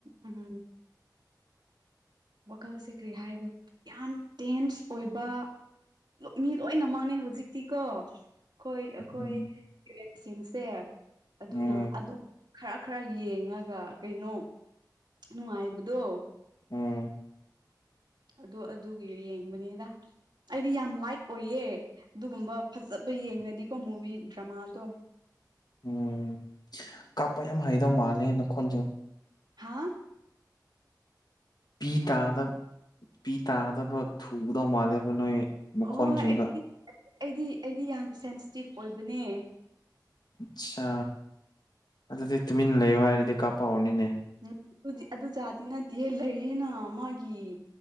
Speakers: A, on the right; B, on the left.
A: ꯎꯝ ꯋꯥꯈꯜꯁꯦ ꯀꯔꯤ ꯍꯥꯏꯔꯤꯕ ꯌꯥꯝ ꯇꯦꯟꯁ ꯑꯣꯏꯕ ꯃꯤ ꯂꯣꯏꯅ ꯃꯥꯡꯉꯦ ꯍꯧꯖꯤꯛꯇꯤꯀꯣ ꯑꯩꯈꯣꯏ ꯑꯩꯈꯣꯏ
B: ꯎꯝꯍꯨꯝ
A: ꯏꯁꯇꯨꯔꯦꯟꯁꯤꯡꯁꯦ ꯑꯗꯨꯅ
B: ꯎꯝ
A: ꯑꯗꯨꯝ ꯈꯔ ꯈꯔ ꯌꯦꯡꯉꯒ ꯀꯩꯅꯣ ꯅꯨꯡꯉꯥꯏꯕꯗꯣ
B: ꯎꯝ
A: ꯑꯗꯨ ꯑꯗꯨꯒꯤ ꯌꯦꯡꯕꯅꯤꯗ ꯑꯩꯗꯤ ꯌꯥꯝ ꯂꯥꯏꯛ ꯑꯣꯏꯌꯦ ꯑꯗꯨꯒꯨꯝꯕ ꯐꯖꯕ ꯌꯦꯡꯉꯗꯤꯀꯣ ꯃꯨꯚꯤ ꯗ꯭ꯔꯃꯥꯗꯣ
B: ꯎꯝ ꯀꯥꯞꯄ ꯌꯥꯝ ꯍꯩꯗꯧ ꯃꯥꯜꯂꯦ ꯅꯈꯣꯜꯁꯤ
A: ꯍꯥꯥ
B: ꯄꯤ ꯇꯥꯗꯕ ꯄꯤ ꯇꯥꯗꯕ ꯇꯧꯒꯗꯧ ꯃꯥꯜꯂꯦꯕ ꯅꯣꯏ ꯃꯈꯣꯟꯁꯤꯡꯒ
A: ꯍꯣꯏ ꯑꯩꯗꯤ ꯑꯩꯗꯤ ꯑꯩꯗꯤ ꯌꯥꯝ ꯁꯦꯟꯁꯤꯇꯤꯞ ꯑꯣꯏꯕꯅꯦ
B: ꯑꯠꯆꯥ ꯑꯗꯨꯗꯤ ꯇꯨꯃꯤꯟꯅ ꯂꯩꯌꯣ ꯍꯥꯏꯔꯗꯤ ꯀꯥꯄꯥꯎꯅꯤꯅꯦ
A: ꯎꯝ ꯑꯗꯨꯗꯤ ꯑꯗꯨ ꯖꯥꯗꯤ ꯅꯠꯇꯦꯍꯦ ꯂꯩꯌꯦꯅ ꯃꯥꯒꯤ